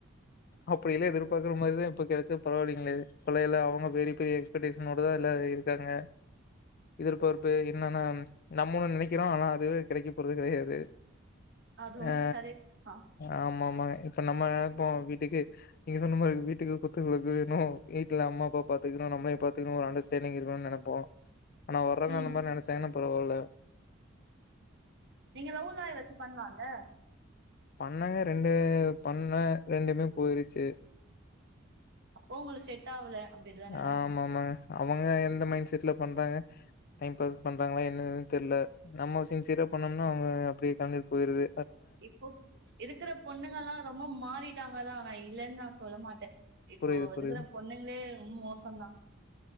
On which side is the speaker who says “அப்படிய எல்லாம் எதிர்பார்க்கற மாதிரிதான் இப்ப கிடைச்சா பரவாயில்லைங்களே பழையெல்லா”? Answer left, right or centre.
Left